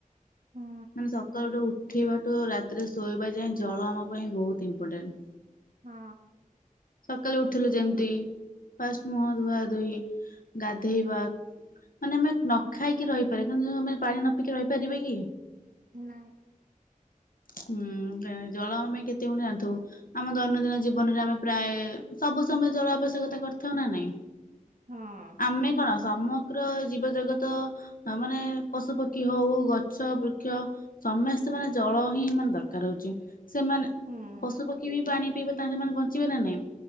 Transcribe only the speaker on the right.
ହୁଁ
ହଁ।
ନାଇଁ।
ହଁ।
ହୁଁ